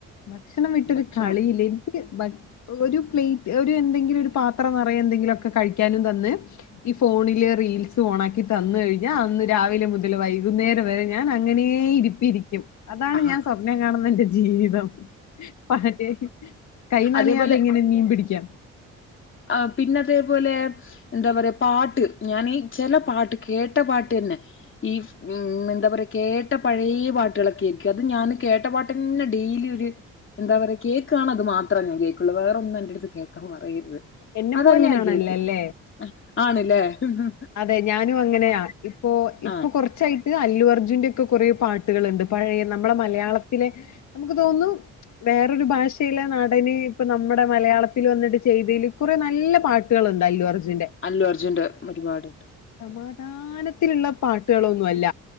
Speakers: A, on the left (about 70°); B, on the left (about 40°).
A: ഭക്ഷണം വിട്ടൊരു
B: ഭക്ഷണം
A: കളിയില്ലേൻ.. നിക്ക്. ഭ. ഒരു പ്ലേറ്റ് ഒരു എന്തെങ്കിലുരു. പാത്രനറയെ. എന്തെങ്കിലുക്കെ. കഴിക്യ നും തന്ന്.. ഈ ഫോണില് റീൽസ് ഓണാക്കി. തന്ന് ഴിഞ്ഞാ അന്ന് രാവിലെ മുതല്. വൈകുന്നേരം വരെ ഞാൻ അങ്ങനെ ഇരിപ് പ്പിരിക്യും. അതാണ്
B: ആഹ്
A: ഞാൻ സ്വപ്നം കാണുന്ന. ന്റെ ജീവിതം.. പാറ്റെ. കൈ നനയാതെങ്ങനെ.
B: അതേപോലെ
A: മീമ് പിടിക്കാം..
B: ആ പിന്നെ അതേപോലെ.. എന്താ പറയാ. പാട്ട് ഞാനീ. ചെല. പാട്ട് കേട്ട പാട്ട്ന്നെ ഈഫ്.. മ്മ്ഹ്. എന്താ പറയാ കേട്ട പഴയെ. പാട്ടുളൊക്കെ കേക്ക. അത് ഞാന് കേട്ട പാട്ട്ന്നെ. ഡെയിലി ഒര്.. എന്താ പറയ. കേക്കാണ് അത് മാത്രം. ഞാൻ കേക്കുള്ളൂ. വേറൊന്നും എന്റെറടുത്ത്. കേക്കാ പറയരുത്..
A: എന്നെ
B: അതങ്ങനെ
A: പോലെയാണല്ലോ
B: കേക്കും.
A: അല്ലേ
B: അ ആണ്ലേ ഹ്ഹ്..
A: അതെ ഞാനു അങ്ങനെയാ. ഇപ്പൊ ഇപ്പൊ
B: ആഹ്
A: കൊറച്ചായിട്ട്. അല്ലു അർജുന്റെ ഒക്കെ കൊറേ പാട്ട്കള്ണ്ട്.. പഴയ നമ്മളുടെ മലയാളത്തിലെ നമുക്ക് തോന്നുന്നു. വേറൊരു ഭാഷയിലെ നടന് ഇപ്പൊ നമ്മുടെ മലയാളത്തിലവന്നിട്ട് ചെയ്തതിൽ കുറെ നല്ല പാട്ട്. ട്ടുകളുണ്ട്അല്ലുഅർജുന്റെ.
B: അല്ലു അർജുൻ്റെ ഒരുപാടുണ്ട്.
A: സമാധാനത്തിലുള്ള പാട്ടുകളൊന്നും അല്ല.